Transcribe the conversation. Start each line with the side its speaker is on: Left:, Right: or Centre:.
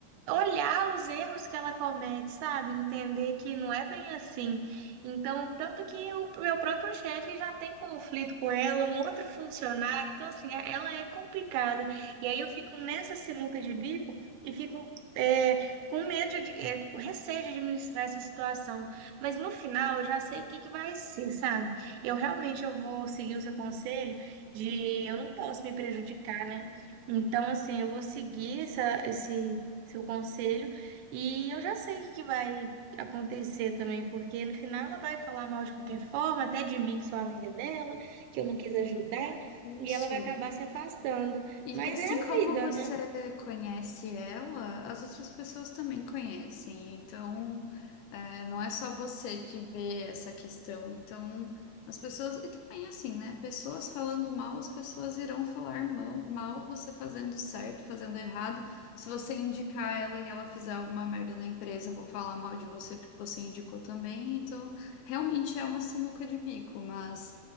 Right: olhar os erros que ela comete, sabe? Entender que não é bem assim. Então, tanto que o meu próprio chefe já tem conflito com ela, um outro funcionário. Então, assim, é- ela é complicada. E aí eu fico nessa sinuca de bico e fico é, com medo de, é, com receio de administrar essa situação. Mas no final eu já sei o que que vai ser, sabe? Eu realmente eu vou seguir o seu conselho de eu não posso me prejudicar, né? Então, assim, eu vou seguir essa, esse seu conselho. E eu já sei o que que vai acontecer também, porque no final ela vai falar mal de qualquer forma, até de mim, que sou amiga dela, que eu não quis ajudar, e
Left: Isso.
Right: ela vai acabar se afastando.
Left: E
Right: Mas
Left: assim
Right: é a
Left: como
Right: vida,
Left: você
Right: né?
Left: conhece ela, as outras pessoas também conhecem. Então, é, não é só você que vê essa questão. Então, as pessoas. E também, assim, né? Pessoas falando mal, as pessoas irão falar mal, mal você fazendo certo, fazendo errado. Se você indicar ela e ela fizer alguma merda na empresa, vão falar mal de você porque você indicou também. Então, realmente é uma sinuca de bico, mas.